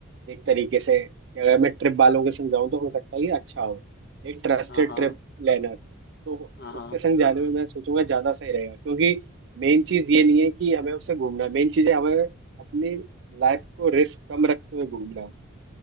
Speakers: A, on the right; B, on the left.
A: एक तरीके से कि अगर मैं ट्रिप वालों के संग जाऊँ तो हो सकता है कि अच्छा हो एक ट्रस्टेड
B: हाँ हाँ
A: ट्रिप प्लानर तो
B: हाँ हाँ
A: उसके संग जाने में मैं सोचूंगा ज़्यादा सही रहेगा क्योंकि मेन चीज़ ये नहीं है कि हमें उससे घूमना मेन चीज़ है हमें अपनी लाइफ को रिस्क कम रखते हुए घूमना